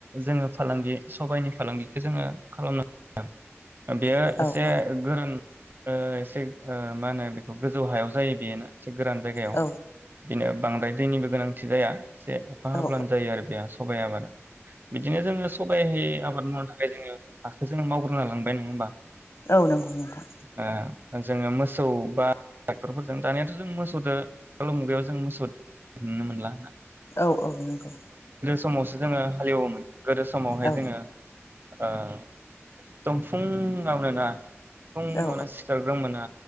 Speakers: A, on the right; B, on the left.
A: जोङो फालांगि सबाइनि फालांगि जोङो खालामनो <unintelligible> बेयो एसे
B: औ औ
A: गोरों ओ एसे ओ मा होनो बेखौ गोजौ हायाव जायो बेयो ना? एसे गोरान जायगायाव
B: औ
A: बिनो बांद्राय दैनिबो गोनांथि जाया एसे अखा हाब्लानो
B: औ
A: जायो आरो बे सबाइ आबादा बिदिनो जोङो सबाय आबाद मावनो थाखाय जोङो हाखौ जोङो मावग्रोना लांनांबाय नङा होमबा
B: औ नोंगौ नोंथां
A: ओ जोङो मोसौ बा ट्रेक्टरफोरजों दानियाथदो <unintelligible> मोसौजों मुगायाव जों मोस नुनो मोनला होना
B: औ औ नोंगौ
A: मावसो जोङो हालेवोमोन गोदो समावहाय
B: औ
A: जोङो ओ <unintelligible> फुङावनो ना फुङावनो
B: औ
A: सिखारग्रो मोना